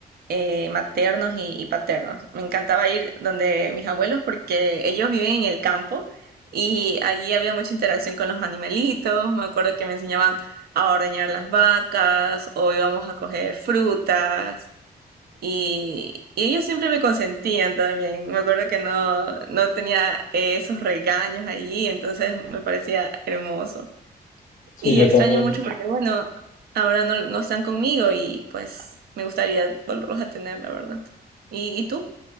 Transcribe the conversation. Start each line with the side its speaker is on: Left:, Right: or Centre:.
Right: eh, maternos y, y paternos. Me encantaba ir donde mis abuelos porque ellos viven en el campo y allí había mucha interacción con los animalitos. Me acuerdo que me enseñaban a ordeñar las vacas o íbamos a coger frutas. Y, y ellos siempre me consentían también. Me acuerdo que no, no tenía eh, esos regaños allí, entonces me parecía hermoso.
Left: Sí,
Right: Y
Left: yo
Right: extraño
Left: también,
Right: mucho porque, bueno, ahora no, no están conmigo y pues me gustaría volverlos a tener, la verdad. ¿Y, y tú?